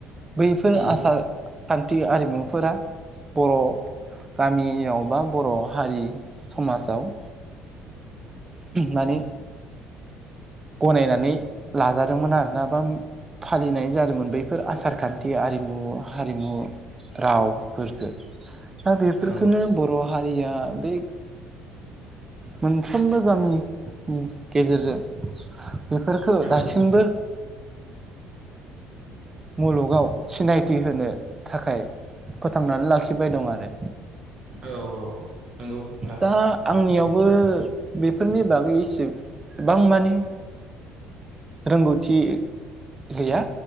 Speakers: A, on the right; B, on the right.
A: बैफोर
B: उम
A: आसार खान्थि आरिमुफोरा बर' गामियाव बा बर' हारि समाजाव मानि गनायनानै लाजादोंमोन आरोना बा फालिनाय जादोंमोन बैफोर आसारखान्थि आरिमु हारिमु रावफोरखो दा बेफोरफोरखौनो
B: औ
A: बर' हारिया बे मोनफ्रोमबो गामिनि गेजेरजों <inaudible> बेफोरखो
B: औ
A: दासिमबो मुलुगाव सिनायथि होनो थाखाय फोथांनानै लाखिबाय दं आरो
B: औ औ औ नंगौ नोंथां
A: दा आंनियाव बो बेफोरनि बागै एसेबां माने रोंगौथि गैया